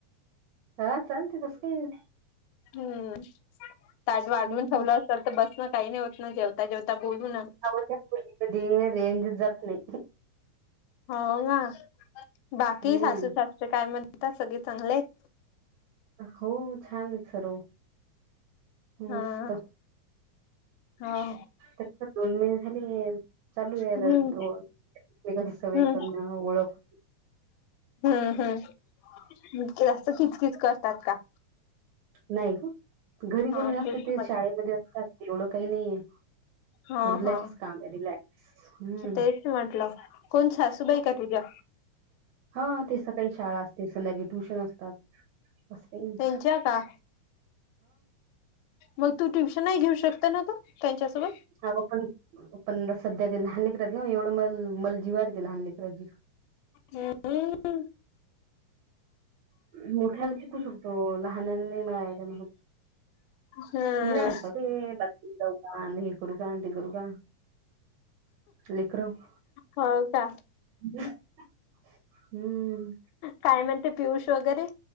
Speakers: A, on the right (about 70°); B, on the left (about 75°).
A: हा चालते तसं काही नाही आता.
B: हम्म ताठ वाडवून
A: हम्म
B: ठेवलं असेल तर बस न काही नाही होत ना जेवता जेवता बोलू ना.
A: <unintelligible> अवश कधी कधी रेंज जात नाही.
B: हो ना, बाकी
A: हम्म.
B: सासू सासू काय म्हण? आता सगळे चांगले आहेत.
A: हो छान सर्व मस्त.
B: हा हो
A: त्या दोन महिने झाले. चालू आहे
B: हम्म
A: <unintelligible> एकमेकांची सय
B: हम्म
A: करण ओळख.
B: हम्म हम्म जास्त खिच खिच करतात का?
A: नाही ग घरी
B: हा
A: कोणी नसते
B: तेच
A: ते
B: म्हटलं
A: शाळेमध्ये, असतात एवढं काही नाहीे हे.
B: हा
A: रिलॅक्स
B: हा
A: का काम रिलॅक्स हम्म.
B: तेच म्हटलं कोण सासूबाई का तुझ्या?
A: हा ते सकाळी शाळा असते संध्याकाळी. ट्युशन असतात अस काही नाही.
B: त्यांच्या का मग तू ट्युशन नाही घेऊ शकते ना, ग त्यांच्यासोबत?
A: हा व पण पण सध्या ते लहानलीलेकरात ना, एवढं म मल जीवा ते लहान ललेकरात ची.
B: हम्म हम्म.
A: मोठ्याला शिकू शकतो लहानांनी <unintelligible> मळा नत.
B: हम्म
A: फुलनगत <unintelligible> ते ब <unintelligible> हे करू का ते करू का लेकरं
B: हो का?
A: <inaudible> हम्म
B: काय म्हणते पियुष वगैरे